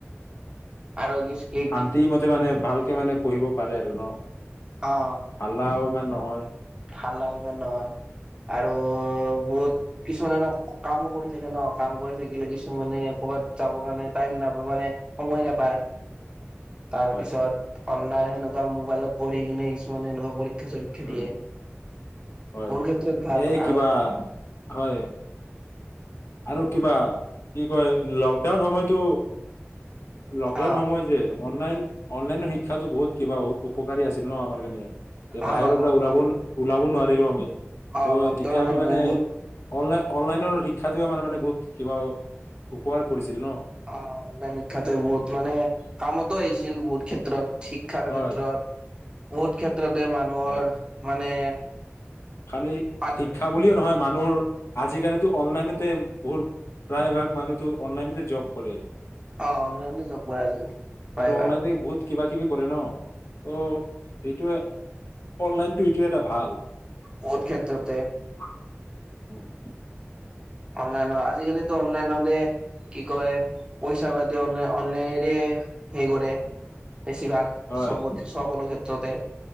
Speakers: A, on the right; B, on the left.
A: আৰু কিচ-কি
B: শান্তি মতে মানে ভালকে মানে পঢ়িব পাৰে আৰু ন?
A: অ
B: হাল্লাও ইমান নহয়।
A: হাল্লা ইমান নহয়, আৰু বহুত কিছুমানেনো কামো কৰি থাকে ন, কাম কৰি থাকিলে কিছুমানে ক'ৰবাত যাব কাৰণে টাইম নাপায়, মানে সময় নাপায়। তাৰ
B: হয়
A: পিছত অনলাইন সেনেকুৱা মোবাইলত পঢ়ি কিনে কিছুমানে সনেুৱা পৰীক্ষা চৰীক্ষা
B: উম
A: দিয়ে।
B: হয়,
A: মোৰ ক্ষেত্ৰত ভাল
B: এই
A: আৰু
B: কিবা, হয়। আৰু কিবা, কি কয় লকডাউন সময়তো লকডাউন
A: অ'
B: সময় যে অনলাইন, অনলাইনৰ শিক্ষাতো বহুত কিবা উপকাৰী আছিল ন আমাৰ কাৰণে যে বাহিৰৰ
A: অ' লগ
B: পৰা ওলাব নু ওলাব নোৱাৰিলো আমি
A: অ'
B: ত'
A: লকডাউনত
B: তেতিয়া আমি মানে
A: বহুত
B: অনলাইন অনলাইনৰ শিক্ষাটোৱে মানে মানে বহুত কিবা উপকাৰ কৰিছিল, ন?
A: অ' অনলাইন শিক্ষাতো বহুত মানে কামতো আহিছিল বহুত ক্ষেত্ৰত শিক্ষাৰ
B: হয়
A: ক্ষেত্ৰত, বহুত ক্ষেত্ৰতে মানুহৰ
B: হয়
A: মানে
B: খালি
A: আদ
B: শিক্ষা বুলিয়ে নহয় মানুহৰ আজিকালিতো অনলাইনতে বহুত, প্ৰায়ভাগ মানুহতো অনলাইনতে জব কৰে।
A: অ', অনলাইনতে জব কৰে আজিকালি। প্ৰায়ভাগ
B: আৰু অনলাইতে বহুত কিবা কিবি কৰে ন? অ'। সেইটোয়ে, অনলাইনটো এইটোয়ে এটা ভাল
A: বহুত ক্ষেত্ৰতে
B: <unintelligible> উম।
A: অনলাইনত, আজিকালিটো অনলাইনতে কি কয়? পইচা পাতি অনে অনলাইনেডিয়ে হেৰী কৰে, বেছিভাগ
B: হয়
A: চবতে সকলো ক্ষেত্ৰতে।